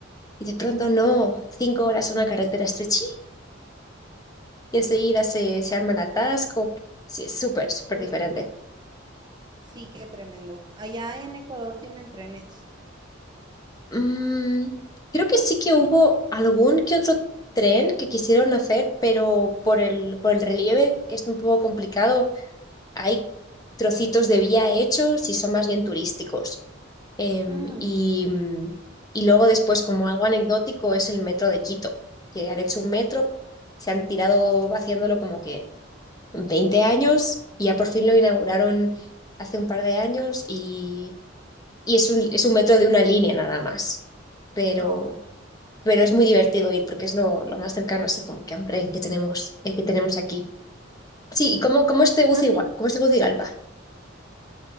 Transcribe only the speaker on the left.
y de pronto no, cinco horas en una carretera estrechita y enseguida se, se arma el atasco. Sí, es súper, súper
diferente.
Mm, creo que sí que hubo algún que otro tren que quisieron hacer, pero por el, por el relieve, que es un poco complicado, Hay trocitos de vía hechos y son más bien turísticos. Em,
y, mm, y luego después, como algo anecdótico, es el metro de Quito, que han hecho un metro, se han tirado haciéndolo como que 20 años y ya por fin lo inauguraron hace un par de años y, y es un, es un metro de una línea nada más. Pero,
pero es muy divertido ir porque es lo, lo más cercano así como que hambre que tenemos, eh, que tenemos aquí. Sí, ¿y cómo, cómo es Tegucigalpa?
¿Cómo es Tegucigalpa?